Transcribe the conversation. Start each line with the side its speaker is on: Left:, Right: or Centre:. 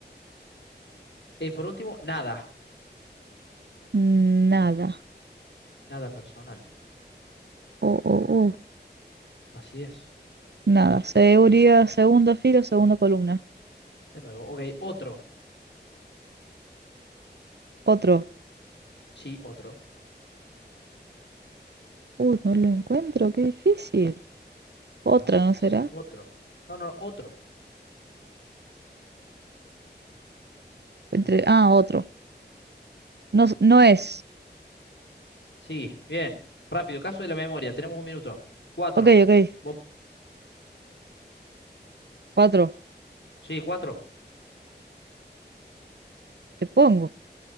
Left: Eh, por último, nada.
Right: nada.
Left: Nada personal.
Right: Oh, oh, oh.
Left: Así es.
Right: Nada, seguridad, segundo filo, segunda columna.
Left: De nuevo. Ok, otro.
Right: Otro.
Left: Sí, otro.
Right: Uy, no lo encuentro, qué difícil. Otra,
Left: Así
Right: ¿no será?
Left: es. Otro. No, no, otro.
Right: Entre...
Left: Uy.
Right: Ah, otro. No, no es.
Left: Sí, bien. Rápido, caso de la memoria. Tenemos un minuto. Cuatro.
Right: Ok, ok.
Left: Vos-
Right: Cuatro.
Left: Sí, cuatro.
Right: Te pongo.